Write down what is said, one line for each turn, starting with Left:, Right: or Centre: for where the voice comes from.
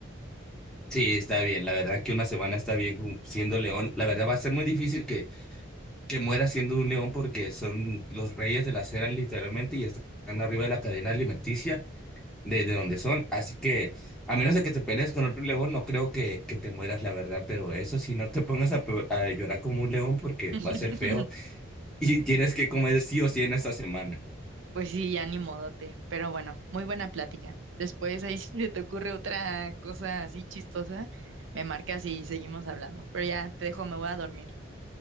Centre: Sí, está bien. La verdad que una semana está bien ju- siendo león. La verdad va a ser muy difícil que, que muera siendo un león porque son los reyes de la acera literalmente y están arriba de la cadena alimenticia. desde donde son. Así que, a menos de que te pelees con otro león, no creo que, que te mueras, la verdad. Pero eso sí, no te pongas a, pe- a llorar como un león porque
Right: <laughs>
Centre: va a ser feo <laughs> y tienes que comer sí o sí en esta semana.
Right: Pues sí, ya ni modote, pero bueno, muy buena plática. Después ahí si te ocurre otra cosa así chistosa, me marcas y seguimos hablando, pero ya te dejo, me voy a dormir.